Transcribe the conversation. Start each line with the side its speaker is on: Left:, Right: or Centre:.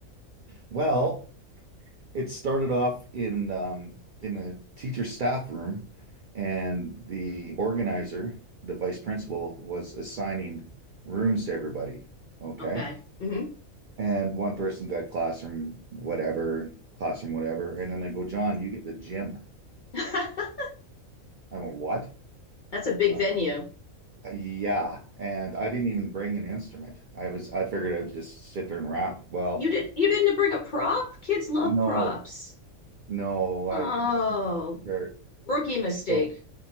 Right: Well, it started off in um, in the teacher staff room, and the organizer, the vice principal, was assigning rooms to everybody. Okay.
Left: Okay. hmm
Right: And one person got classroom, whatever, classroom, whatever. And then I go, John, you get the gym.
Left: <laughs>
Right: I'm a what?
Left: That's a big
Right: Uh,
Left: venue.
Right: yeah, and I didn't even bring an instrument. I was I figured I'd just sit there and rap. Well,
Left: You did you didn't bring a prop? Kids love
Right: no,
Left: props.
Right: no,
Left: Oh,
Right: I can wasn't really prepared.
Left: rookie mistake.
Right: So